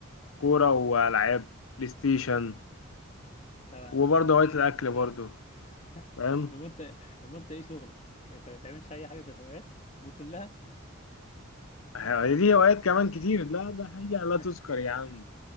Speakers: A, on the left; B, on the left.
A: كوره
B: امم
A: والعاب بلاي ستيشن
B: انت انت
A: وبرضه
B: انت
A: هوايه الاكل برضه
B: <laughs>
A: فاهم
B: اما انت اما انت ايه شغلك انت ما بتعملش اي حاجه غير هوايات دي كلها
A: هي دي هوايات كمان كتير لا ده حاجه لا
B: <laughs>
A: تذكر يا عم